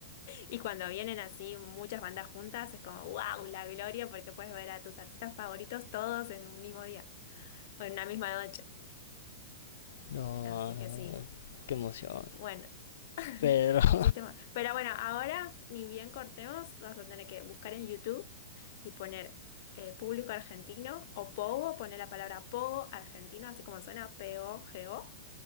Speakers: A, on the left (about 45°); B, on the left (about 65°).
A: Y cuando vienen así muchas bandas juntas, es como, wow, la gloria, porque puedes ver a tus artistas favoritos todos en un mismo día o en una misma noche.
B: No,
A: Así que sí.
B: qué emoción.
A: Bueno, <laughs>
B: Pero <laughs>
A: me hiciste mal. Pero bueno, ahora ni bien cortemos, vas a tener que buscar en YouTube y poner eh, público argentino o Pogo, poner la palabra Pogo argentino, así como suena P-O-G-O,